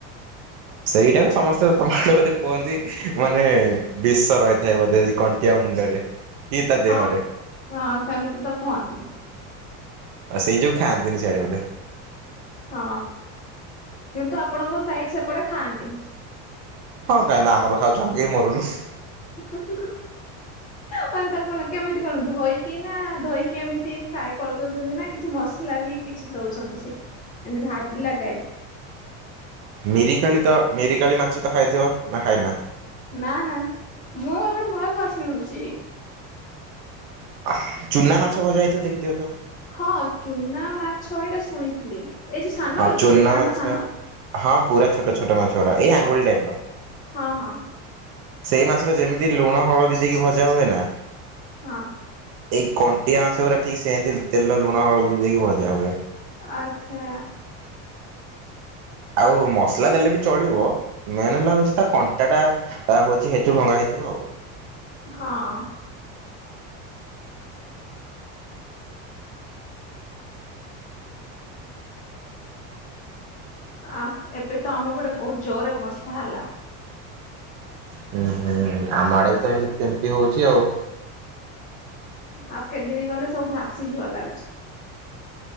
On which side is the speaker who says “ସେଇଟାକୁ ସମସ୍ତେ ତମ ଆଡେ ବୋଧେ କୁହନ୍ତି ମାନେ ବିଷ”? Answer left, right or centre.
Right